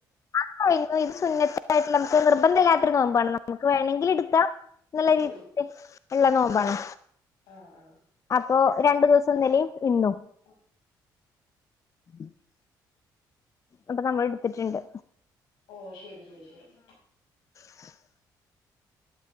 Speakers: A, on the left (about 40°); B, on the left (about 85°).
A: അത് കഴിഞ്ഞു ഇത് പ്പ പ്പ <unintelligible> സുന്നത്തായിട്ട്ള്ള നമുക്ക് നിർബന്ധല്ലാത്തൊരു നോമ്പാണ് നമു വേണെങ്കിൽ ഇടുക്കാ ന്നുള്ള
B: ഉം
A: രീതിൽ ഇള്ള നോമ്പാണ്
B: ആഹ് ആഹ്
A: അപ്പൊ രണ്ടു ദിവസം ഇന്നലിം ഇന്നും
B: ആഹ്
A: <inaudible> അപ്പ നമ്മൾ ട്ത്തിട്ട്ണ്ട്
B: ഓഹ് ശരി ശരി ശരി
A: <inaudible>